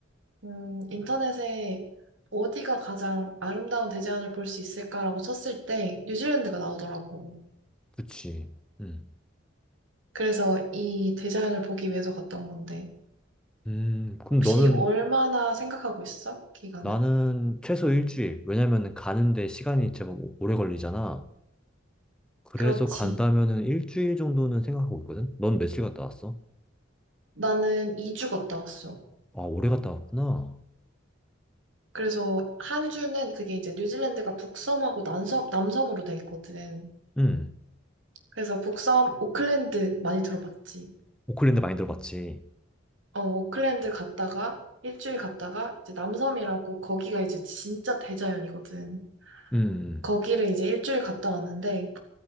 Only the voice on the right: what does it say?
음, 인터넷에 어디가 가장 아름다운 대자연을 볼 수 있을까라고 쳤을 때 뉴질랜드가 나오더라고.
그래서 이 대자연을 보기 위해서 갔던 건데.
혹시
얼마나 생각하고 있어? 기간은?
그렇지.
나는 2주 갔다 왔어.
그래서 한 주는 그게 이제 뉴질랜드가 북섬하고 남섬, 남섬으로 돼 있거든.
그래서 북섬 오클랜드 많이 들어봤지?
어, 오클랜드 갔다가 일주일 갔다가 이제 남섬이라고 거기가 이제 진짜 대자연이거든.
거기를 이제 일주일 갔다 왔는데